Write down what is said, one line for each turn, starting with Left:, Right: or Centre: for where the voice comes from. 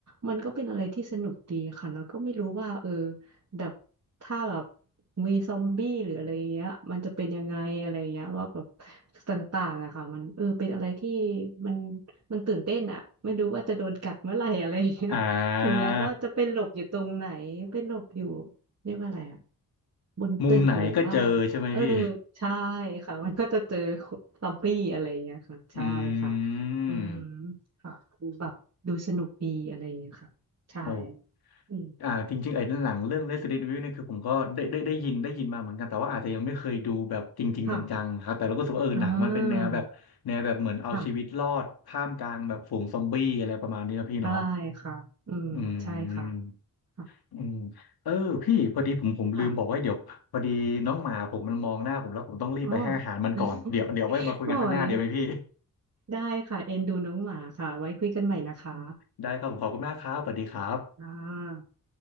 Right: มันก็เป็นอะไรที่สนุกดีค่ะแล้วก็ไม่รู้ว่าเออ แบบถ้าแบบมีซอมบี้หรืออะไรเงี้ยมันจะเป็นยังไงอะไรเงี้ยว่าแบบต่างๆอะค่ะมันเออเป็นอะไรที่มันมันตื่นเต้นอะไม่รู้ว่าจะโดนกัดเมื่อไหร่อะไรเงี้ย
Left: อ่า
Right: <laughs> ถึงแม้ว่าจะเป็นหลบอยู่ตรงไหนเป็นหลบอยู่เรียกว่าอะไรอะบนตึกหรือว่า
Left: มุมไหนก็เจอใช่ไหมพี่
Right: เออใช่ค่ะมันก็จะเจอซอมบี้อะไรเงี้ยค่ะใช่ค่ะ
Left: อืม
Right: อืมค่ะคือแบบดูสนุกดีอะไรเงี้ยค่ะใช่
Left: โอ
Right: อืม
Left: อ่าจริงๆไอ้หนังเรื่อง Resident Evil เนี่ยคือผมก็ได้ได้ได้ยินได้ยินมาเหมือนกันแต่ว่าอาจจะยังไม่เคยดูแบบจริงๆจังๆครับแต่เราก็รู้สึกว่าเออหนังมันเป็นแนวแบบแนวแบบเหมือนเอาชีวิตรอดท่ามกลางแบบฝูงซอมบี้อะไรประมาณนี้นะพี่เนาะ
Right: ค่ะ อ่าค่ะใช่ค่ะ อืม
Left: อืม
Right: ใช่ค่ะค่ะ
Left: อืมเออพี่พอดีผมผมลืมบอกไว่าเดี๋ยวพอดีน้องหมาผมมันมองหน้าผมแล้วผมต้องรีบไปให้อาหารมันก่อนเดี๋ยวเดี๋ยวไว้มาคุยกันข้างหน้าเดี๋ยวไหมพี่
Right: ค่ะอ๋อ <laughs> โอ้ย ได้ค่ะ เอ็นดูน้องหมาค่ะ ไว้คุยกันใหม่นะคะ
Left: ได้ครับผมขอบคุณมากครับสวัสดีครับ
Right: อ่า